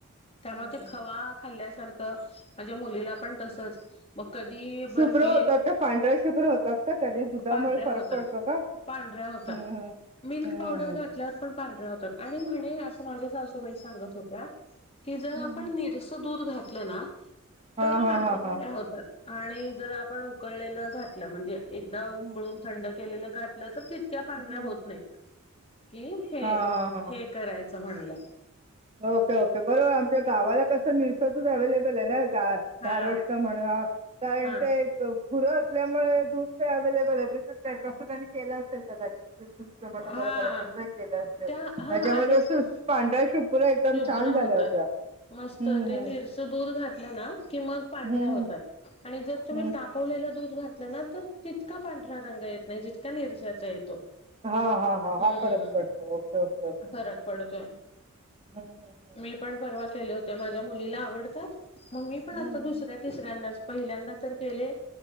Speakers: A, on the left (about 25°); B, on the right (about 30°).
A: त्यामुळे
B: हम्म, हम्म,
A: ते खवा
B: हम्म.
A: खाल्ल्यासारखं माझ्या मुलीला पण तसच मग कधी बर्फी
B: शुभ्र होतात का? पांढऱ्या शुभ्र होतात का? कधी दुधामुळे
A: पांढऱ्या
B: फरक
A: होतात
B: पडतो का?
A: पांढऱ्या होतात.
B: हम्म
A: मिल्क
B: हम्म
A: पावडर घातल्यावर पण पांढऱ्या होतात आणि म्हणे अस माझ्या सासूबाई सांगत होत्या की जर
B: हम्म
A: आपण
B: हम्म
A: निरस दूध घातलं ना
B: हा
A: तर
B: हा
A: पांढऱ्या
B: हा हा
A: पांढऱ्या
B: हा
A: होतात. आणि जर आपण उकळलेलं घातलं म्हणजे एकदा उकळून
B: हम्म
A: थंड केलेलं घातलं. तर तीत - क्या पांढऱ्या
B: हम्म.
A: होत नाही की हे
B: हा हा हा
A: हे करायचं म्हणल्या
B: ओके ओके बरोबर आमच्या गावाला कसं निरस दुध अव्हेलेबल आहे ना जावा
A: हा
B: धरूष्टा म्हणून आ कारण
A: हा
B: ते गुर असल्यामुळे दूध तर अवेलेबल असेल तर तसं त्यांनी केलं असेल कदाचित. तो म्हणाल
A: हा
B: बरोबरय तसही केल असेल
A: त्या हा
B: त्याच्या मध्ये
A: आणि
B: पांढर्‍या शुभ्र एकदम
A: शुभ्र
B: छान झाल्या
A: होतात
B: होत्या.
A: मस्त
B: हं,
A: ते
B: हं.
A: निर दूध घातलं ना की मग पांढऱ्या
B: हं,
A: होतात.
B: हं.
A: आणि जर तुम्ही
B: हं,
A: तापवलेलं
B: हं.
A: दूध घातलं ना तर तितका पांढरा रंग येत नाही जितका निरजाचा येतो.
B: हा हा हा
A: हम्म
B: हा फरक पडतो ओके ओके ओके हम्
A: फरक पडतोय
B: हम्.
A: मी पण परवा केल्या होत्या माझ्या मुलीला आवडतात मग मी पण
B: हं,
A: आता
B: हं, हं.
A: दुसऱ्या तिसऱ्यांदच पहिल्यांदा तर केले